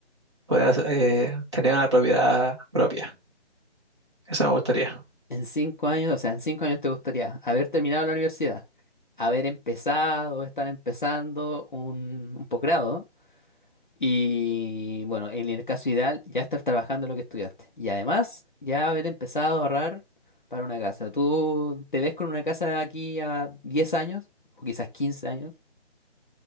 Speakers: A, on the right; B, on the left.
A: poder hacer- eh, tener una propiedad propia. Eso me gustaría.
B: En cinco años, o sea, en cinco años te gustaría haber terminado la universidad, haber empezado, estar empezando un, un posgrado Y bueno, en el caso ideal, ya estar trabajando en lo que estudiaste. Y además, ya haber empezado a ahorrar para una casa. ¿Tú te ves con una casa aquí a 10 años? O quizás 15 años.